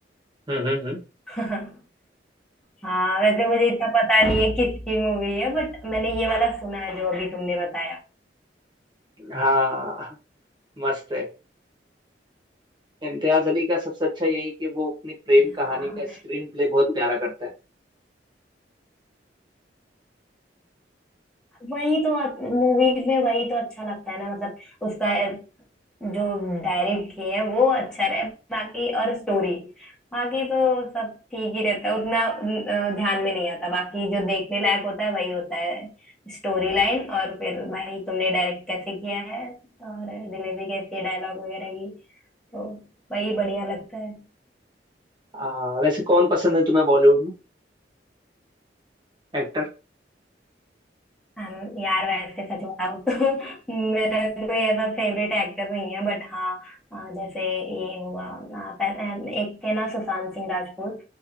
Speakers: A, on the right; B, in the centre.
A: हम्म हम्म हम्म।
B: है <laughs> हाँ वैसे मुझे इतना पता नहीं है किसकी मूवी है बट मैंने ये वाला सुना है जो अभी तुमने बताया
A: हाँ मस्त है इम्तियाज अली का सबसे अच्छा यही है कि वो अपनी प्रेम
B: हाँ
A: कहानी का स्क्रीन प्ले बहुत प्यारा करता है
B: वही तो मूवीज में वही तो अच्छा लगता है ना मतलब उसका जो डायरेक्ट किए हैं वो अच्छा रहे बाकी और स्टोरी बाकी तो सब ठीक ही रहता है उतना अ, ध्यान में नहीं आता बाकी जो देखने लायक होता है वही होता है स्टोरी लाइन और फिर भाई तुमने डायरेक्ट कैसे किया है और डिलीवरी कैसी है डायलॉग वगैरह की तो वही बढ़िया लगता है
A: आ, वैसे कौन पसंद है तुम्हें बॉलीवुड में एक्टर
B: हम यार वैसे सच बताऊं तो <laughs> मेरा कोई ऐसा फेवरेट एक्टर नहीं है बट हाँ अ, जैसे ये हुआ अ, पह- अ, एक थे ना सुशांत सिंह राजपूत